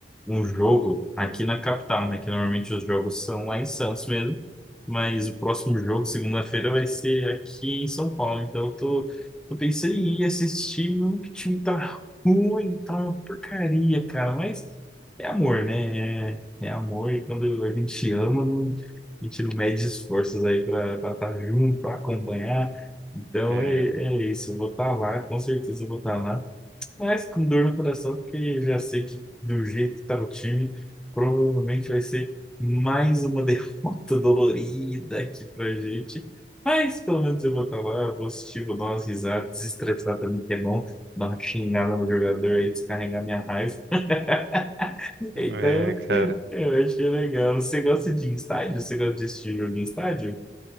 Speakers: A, in the centre; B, on the right.
A: um jogo aqui na capital, né? Que normalmente os jogos são lá em Santos mesmo, mas o próximo jogo, segunda-feira, vai ser aqui em São Paulo. Então eu tô, tô pensando em ir assistir, mano, que o time tá ruim, tá uma porcaria, cara. Mas é amor, né? É, é amor e quando a gente ama, não- a gente não mede esforços aí pra estar junto, pra acompanhar. Então
B: É,
A: é, é isso, eu vou estar lá, com certeza eu vou estar lá, mas com dor no coração, porque já sei que do jeito que está o time, provavelmente vai ser mais uma <laughs> derrota dolorida aqui pra gente. Mas pelo menos eu vou estar lá, eu vou assistir, vou dar umas risadas, desestressar também, que é bom, dar uma xingada no jogador aí, descarregar minha raiva. <laughs>
B: é,
A: Então,
B: cara.
A: eu acho que é legal. Você gosta de ir em estádio? Você gosta de assistir jogo em estádio?